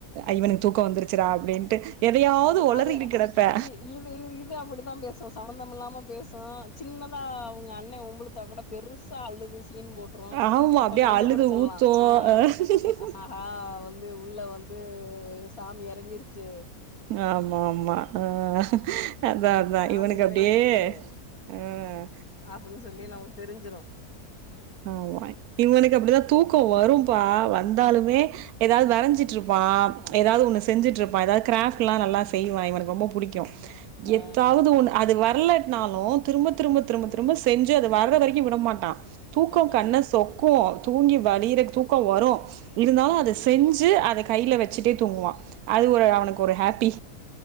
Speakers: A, on the right (about 80°); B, on the left (about 70°).
A: ஐ இவனுக்கு தூக்கம் வந்துருச்சுடா அப்டின்ட்டு எதையாவது ஒளறிக்கிட்டு
B: அத
A: கெடப்பே
B: இது இது அப்டிதான் பேசும் சம்பந்தம் இல்லாம பேசும் சின்னதா அவுங்க அண்ணென் ஒம்புளுத் தா கூட பெருசா அழுது சீன் போட்ரும்
A: ஆமா
B: அப்ப
A: அப்டியே
B: கண்டுபுடிச்சிடலாம்
A: அழுது ஊத்து
B: ஹான் ஆஹா வந்து புள்ள வந்து வந்து சாமி எறங்கிருச்சு
A: ஆமா ஆமா ஆஹ் ஆஹ் அதான் அதான்
B: சாமி
A: இவனுக்கு
B: எறங்கிருச்சு
A: அப்டியே உம்
B: அப்டின்னு சொல்லி நமக் தெரிஞ்சிடு
A: ஆமா இவனுக்கு அப்டிதான் தூக்கோம் வரும்பா வந்தாலுமே ஏதாது
B: ம்
A: வரஞ்சிட்டு இருப்பான் ஏதாது
B: ம்
A: ஒன்னு செஞ்சுட்டு இருப்பா ஏதாது கிராஃப்ட்லா நல்லா செய்வான் இவனுக் ரொம்ப புடிக்கு
B: ஆ
A: எத்தாது ஒண்ணு அது வர்லட்ன்னாலும் திரும்ப திரும்ப திரும்ப
B: ம்
A: திரும்ப செஞ்சு அத வர்ற வரைக்கு விடமாட்டான் தூக்கம்
B: ம் ம்
A: கண்ண சொக்கும் தூங்கி வலிரது தூக்கம் வரும் இருந்தாலு
B: ம்
A: அதை செஞ்சு அதை கையில வச்சுட்டே தூங்குவா அது ஒரு அவனுக்கு ஒரு ஹாப்பி